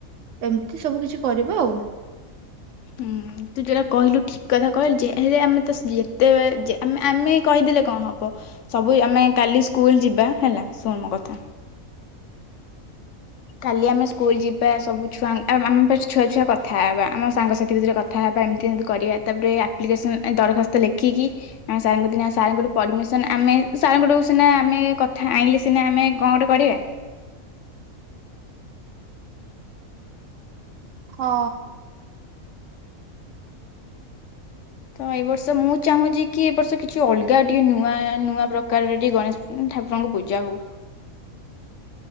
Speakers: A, on the right; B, on the left.
A: ଏମିତି ସବୁ କିଛି କରିବା ଆଉ।
B: ହୁଁ ତୁ ଯୋଉଟା କହିଲୁ ଠିକ କଥା କହିଲୁ ଯେଲେ ଆମେ ଯେତେ ଆମେ କହିଦେଲେ କଣ ହବ ସବୁ ଆମେ କାଲି ସ୍କୁଲ ଯିବା ହେଲା ଶୁଣ ମୋ କଥା କାଲି ଆମେ ସ୍କୁଲ ଯିବା ସବୁଛୁଆ ଆମ ପା ଛୁଆ ଛୁଆ କଥା ହେବା ଆମ ସାଙ୍ଗସଥି ଭିତରେ କଥା ହେବା ଏମିତି କରିବା ତାପରେ ଆପ୍ଲିକସ ଦରଖାସ୍ତ ଲେଖିକି ଆମ ସଙ୍କ ଦ ସଙ୍କୁ ପରମିସନ ଆମେ ସାର୍ଙ୍କଠୁ ସିନା ଆମେକଥା ଆଣିଲ ସିନା ଆମେ କଣ ଗଟେ କରିବା।
A: ହଁ।
B: ତ ଏ ବର୍ଷ ମୁଁ ଚାହୁଁଛି କି ଏ ବର୍ଷ କିଛି ଅଲଗା ଟିକେ ନୂଆ ନୂଆ ପ୍ରକାର ଟ ଗଣେଶ ଠାକୁରଙ୍କୁ ପୂଜା ହଉ।